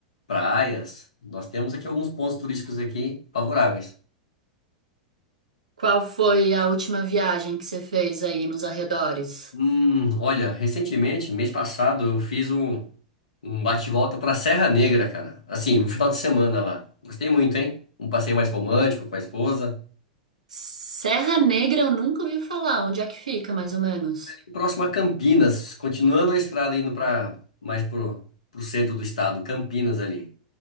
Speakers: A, on the left; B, on the right.
A: Praias. Nós temos aqui alguns pontos turísticos aqui favoráveis.
B: Qual foi a última viagem que você fez aí nos arredores?
A: Hum, olha, recentemente, mês passado, eu fiz um, um bate-volta pra Serra Negra, cara. Assim, um final de semana lá. Gostei muito, hein? Um passeio mais romântico com a esposa.
B: Serra Negra eu nunca ouvi falar. Onde é que fica, mais ou menos?
A: E próximo a Campinas, continuando a estrada indo pra mais pro, pro centro do estado, Campinas ali.